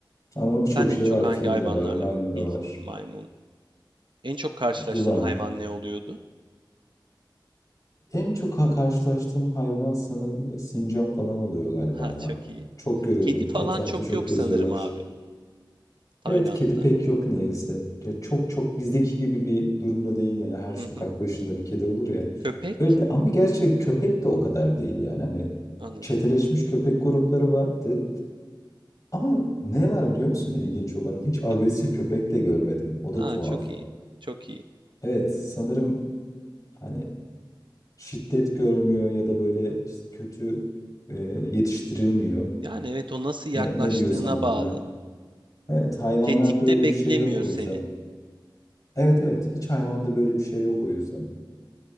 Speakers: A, on the left; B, on the right.
A: Ama
B: Sen
A: birçok
B: en
A: şey
B: çok
A: var.
B: hangi
A: Fil
B: hayvanlarla?
A: de var, maymun da
B: Fil,
A: var.
B: maymun. En çok karşılaştığın
A: Yılan.
B: hayvan ne oluyordu?
A: En çok ha- karşılaştığım hayvan sanırım böyle sincap falan oluyor galiba
B: Ha
A: ya.
B: çok iyi.
A: Çok görüyordum.
B: Kedi falan
A: Etrafta
B: çok
A: çok
B: yok
A: geziyorlar.
B: sanırım abi. Tayland'da.
A: Evet kedi pek yok neyse. Ya çok çok bizdeki gibi bir durumda değil yani her sokak
B: Hı hı.
A: başında bir kedi olur ya.
B: Köpek?
A: Öyle de- ama gerçi köpek de o kadar değil yani. Hani
B: Anladım.
A: çeteleşmiş köpek grupları vardı. Ama ne var biliyor musun ilginç olan? Hiç agresif
B: Hı.
A: köpek de görmedim. O da
B: Ha
A: tuhaf.
B: çok iyi. Çok iyi.
A: Evet sanırım hani şiddet görmüyor ya da böyle işte kötü e, yetiştirilmiyor.
B: Yani evet o nasıl yaklaştığına
A: Ne, ne diyorsan adına.
B: bağlı.
A: Evet, hayvanlarda
B: Tetikte
A: öyle
B: beklemiyor
A: bir şey yok o
B: seni.
A: yüzden. Evet evet, hiç hayvanda böyle bir şey yok o yüzden.